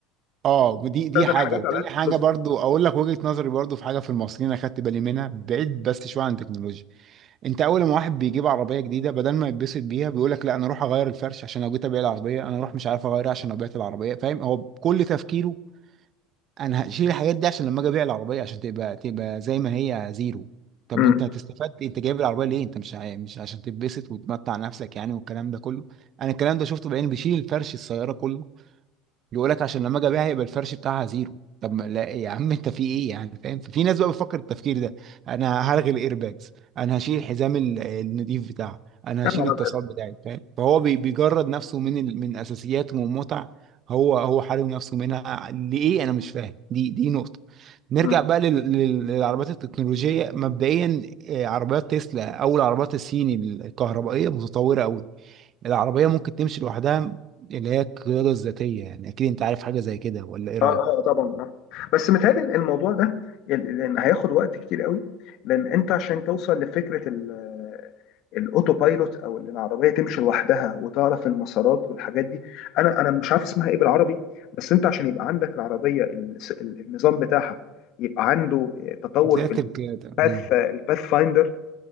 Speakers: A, on the right; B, on the left.
A: اه دي دي
B: نستخدم
A: حاجه
B: حاجات
A: وتاني
B: على قد
A: حاجه
B: فلوس
A: برضو اقول لك وجهه نظري برضو في حاجه في المصريين اخدت بالي منها بعيد بس شويه عن التكنولوجيا انت اول ما واحد بيجيب عربيه جديده بدل ما يتبسط بيها بيقول لك لا انا اروح اغير الفرش عشان لو جيت ابيع العربيه انا اروح مش عارف اغيرها عشان لو بعت العربيه فاهم هو كل تفكيره انا هشيل الحاجات دي عشان لما اجي ابيع العربيه عشان تبقى تبقى زي ما هي زيرو طب
B: امم
A: انت هتستفاد إيه؟ انت جايب العربيه ليه انت مش عاي- مش عشان تتبسط وتمتع نفسك يعني والكلام ده كله انا الكلام ده شفته بعيني بيشيل الفرش السياره كله يقول لك عشان لما اجي ابيعها يبقى الفرش بتاعها زيرو طب ما- لا يا عم انت في ايه يعني فاهم في ناس بقى بتفكر التفكير ده انا هرغي الايرباجز انا هشيل الحزام ال- النضيف بتاعه انا
B: يا
A: هشيل
B: نهار
A: التصال
B: أبيض.
A: بتاعي فاهم فهو بي- بيجرد نفسه من ال- من اساسيات ومتع هو هو حارم نفسه منها ليه انا مش فاهم دي دي نقطة نرجع
B: أمم.
A: بقى لل- لل- للعربيات التكنولوجية مبدئيا آه، عربيات تسلا او العربيات الصيني الكهربائية متطورة قوي العربية ممكن تمشي لوحدها اللي هي القيادة الذاتية يعني أكيد أنت عارف حاجة زي كده ولا إيه رأيك؟
B: اه اه آه، طبعا اه بس متهيألي الموضوع ده ال- لان هياخد وقت كتير قوي لان انت عشان توصل لفكره ال- الاوتو بايلوت او ان العربيه تمشي لوحدها وتعرف المسارات والحاجات دي انا انا مش عارف اسمها ايه بالعربي بس انت عشان يبقى عندك العربيه ال- النظام بتاعها يبقى عنده تطور
A: ذات
B: في
A: القيادة
B: الباث
A: مم.
B: الباث فايندر